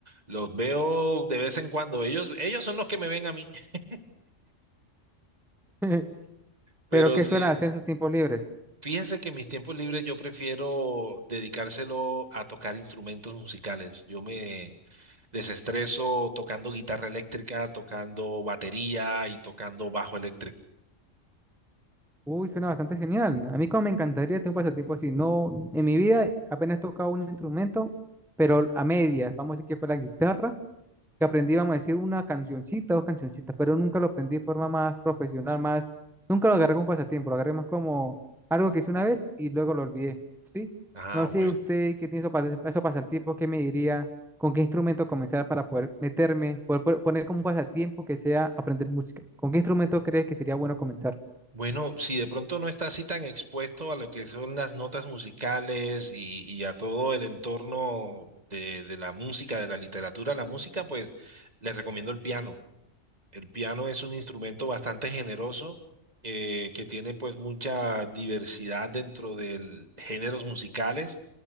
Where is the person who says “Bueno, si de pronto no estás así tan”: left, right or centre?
Right